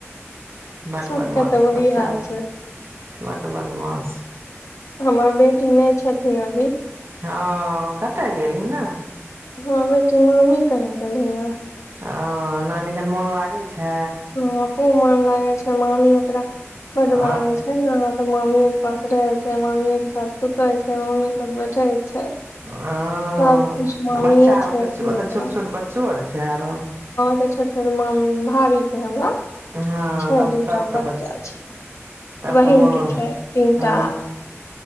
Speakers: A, on the right; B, on the left.
A: बड्ड
B: सबके
A: बदमाश
B: तऽ वही
A: बच्चास
B: हाल छै
A: ब्ड बदमास
B: हमर बेटी नहि छथिन अभी
A: हँ कतय गेल ही ने
B: हँ बेटी मामी कनि गैल ही हॅं ने
A: आ नानी कन मोन लागै छै छै
B: हँ खूब मन लागे छै मामी ओकरा बड
A: ह
B: मानै य अछि छै ने तऽ मामी पास रहे छै मामीे के साथ सुते छै मामी बैठे छै
A: ह
B: सब किछ मामीे
A: बच्चा आर
B: छै
A: ओतऽ
B: अखनी
A: ओतऽ
B: ओकरा
A: छोट छोट बच्चो आर छै आरो
B: त छोट छोट मामी भावी के हमरा
A: हँ
B: छै
A: तब
B: दूटा
A: तब तऽ
B: बच्चा
A: ब
B: छै
A: तब
B: बहिन
A: तऽ म
B: के छै तीनटा
A: हँ